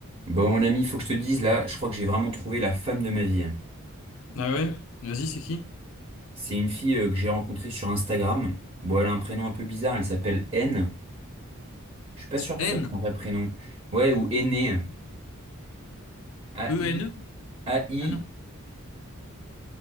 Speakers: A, on the right; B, on the left.
A: Bon, mon ami, faut que je te dise là, je crois que j'ai vraiment trouvé la femme de ma vie.
B: Ah ouais? Vas-y, c'est qui?
A: C'est une fille euh, que j'ai rencontrée sur Instagram. Bon, elle a un prénom un peu bizarre, elle s'appelle N. Je suis pas sûr que
B: N?
A: ce soit son vrai prénom. Ouais, ou Aîné. A-I,
B: E-N-E?
A: A-I-N-E.
B: Ah non.